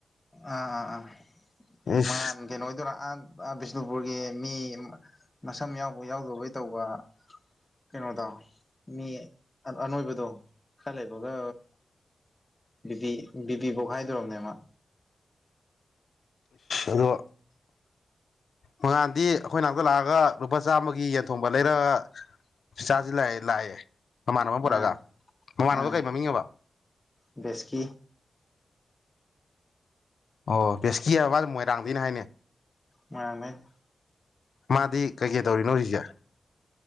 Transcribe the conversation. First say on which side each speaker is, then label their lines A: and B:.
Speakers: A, on the left; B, on the left.
A: ꯑꯥ ꯑꯥ ꯑꯥ
B: ꯏꯁ
A: ꯃꯉꯥꯟ ꯀꯩꯅꯣ ꯑꯣꯏꯗꯣꯏꯔꯥ ꯑ ꯕꯤꯁꯅꯨꯄꯨꯔꯒꯤ ꯃꯤ ꯃꯁꯝ ꯌꯥꯎꯕ ꯌꯥꯎꯗꯕꯩ ꯇꯧꯕ ꯀꯩꯅꯣꯗ ꯃꯤ ꯑꯅꯣꯏꯕꯗꯣ ꯈꯔ ꯂꯩꯕꯒ ꯕꯤ ꯕꯤ ꯄꯤ ꯄꯣꯈꯥꯏꯗꯣꯔꯕꯅꯦ ꯃꯥ
B: ꯑꯗꯣ ꯃꯉꯥꯟꯗꯤ ꯑꯩꯈꯣꯏ ꯉꯅꯥꯛꯇ ꯂꯥꯛꯑꯒ ꯂꯨꯄꯥ ꯆꯥꯥꯃꯒꯤ ꯌꯦꯟꯊꯣꯡꯕ ꯂꯩꯔꯒ ꯆꯥꯁꯤ ꯂꯥꯛꯑꯦ ꯂꯥꯛꯑꯦ ꯃꯃꯥꯟ ꯑꯃ ꯄꯨꯔꯛꯑꯒ
A: ꯑꯥ
B: ꯃꯃꯥꯟꯅꯕꯗꯣ
A: ꯑꯥ
B: ꯀꯩ ꯃꯃꯤꯡꯉꯕ
A: ꯕꯦꯁꯀꯤ
B: ꯑꯣ ꯕꯦꯁꯀꯤ ꯍꯥꯏꯗꯤ ꯃꯣꯏꯔꯥꯡꯗꯒꯤꯅ ꯍꯥꯏꯅꯦ
A: ꯃꯣꯢꯔꯥꯡꯗꯩꯅꯦ
B: ꯃꯥꯗꯤ ꯀꯩꯀꯩ ꯇꯧꯔꯤꯅꯣ ꯍꯧꯖꯤꯛꯁꯦ